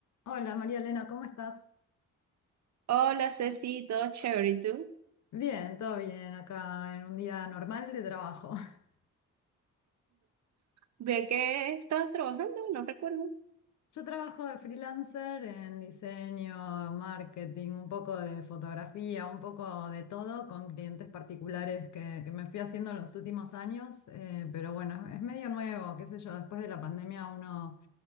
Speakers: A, on the left (about 70°); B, on the right (about 65°).
A: Hola María Elena, ¿cómo estás?
B: Hola Ceci, todo chévere, ¿y tú?
A: Bien, todo bien acá en un día normal de trabajo. <laughs>
B: ¿De qué estabas trabajando? No recuerdo.
A: Yo trabajo de freelancer en diseño, marketing, un poco de fotografía, un poco de todo con clientes particulares que, que me fui haciendo en los últimos años, eh, pero bueno, es medio nuevo, qué sé yo, después de la pandemia uno